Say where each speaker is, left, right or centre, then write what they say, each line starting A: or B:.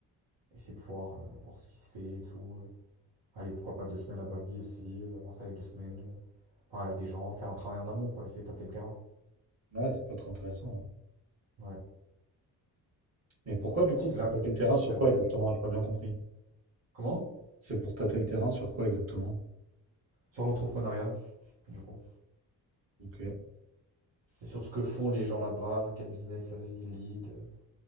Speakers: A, on the right; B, on the right.
A: essayer de voir, euh, voir ce qui se fait et tout. Allez, pourquoi pas deux semaines à Bali aussi, euh, m'installer deux semaines, euh, parler à des gens, faire un travail en amont, quoi, essayer de tâter le terrain.
B: ouais, c'est pas très intéressant. hein.
A: Ouais,
B: Mais pourquoi du
A: optique
B: coup? Pour
A: là
B: tâter
A: plutôt
B: le
A: qu'une
B: terrain
A: petite
B: sur
A: de
B: quoi
A: voyage.
B: exactement? J'ai pas bien compris.
A: Comment?
B: C'est pour tâter le terrain sur quoi exactement?
A: Sur l'entrepreneuriat, du coup.
B: Ok,
A: Et sur ce que font les gens là-bas, quel business euh, ils lead, euh,